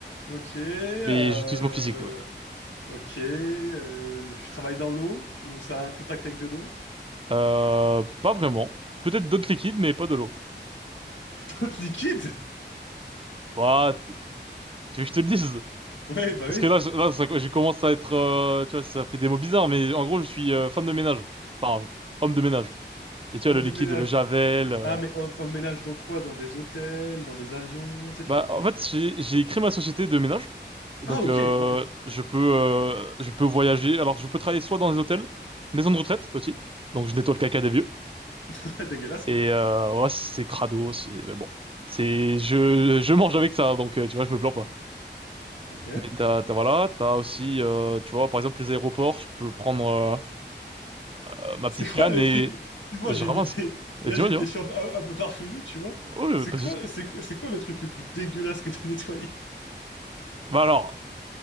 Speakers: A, on the left (about 85°); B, on the right (about 30°).
A: Ok, euh...
B: Mais j'utilise mon physique, oui.
A: Ok, euh, tu travailles dans l'eau? Ou ça a un contact avec de l'eau?
B: Euh, pas vraiment. Peut-être d'autres liquides, mais pas de l'eau.
A: <laughs> toute liquide?
B: Bah, tu tu veux que je te le dise?
A: Ouais, bah
B: Parce
A: oui,
B: que là, je, là, ça- je commence à être, euh, tu vois, ça fait des mots bizarres, mais en gros, je suis euh, femme de ménage. Enfin, homme de ménage. Et tu vois,
A: homme
B: le liquide,
A: de ménage.
B: le Javel. euh,
A: Ah, mais hom- emménage dans quoi? Dans des hôtels, dans des avions, tu sais, tu
B: Bah,
A: peux faire
B: en
A: plein
B: fait,
A: de trucs.
B: j'ai, j'ai créé ma société de ménage. Et
A: Ah,
B: donc,
A: ok,
B: euh,
A: ok.
B: je peux, euh, je peux voyager. Alors, je peux travailler soit dans des hôtels, maisons de retraite aussi. Donc, je nettoie le caca des vieux.
A: <laughs> Dégueulasse,
B: Et
A: quoi.
B: euh, ouais, c'est crado, c'est mais bon, c'est je je mange avec ça, donc euh, tu vois, je me plains pas.
A: Ok.
B: Mais t'as t'as voilà, t'as aussi euh, tu vois, par exemple les aéroports, je peux prendre euh, euh, ma
A: C'est
B: petite
A: quoi
B: canne
A: le
B: et
A: truc? Excuse-moi,
B: et
A: j'ai
B: je ramasse.
A: une idée. Là,
B: Et tu
A: j'ai
B: vois,
A: une
B: tu
A: question
B: vois.
A: un, peu un peu farfelue, tu vois.
B: Ouais,
A: C'est
B: pas de
A: quoi,
B: souci.
A: c'est, quoi- c'est quoi le truc le plus dégueulasse que t'as nettoyé?
B: Bah alors,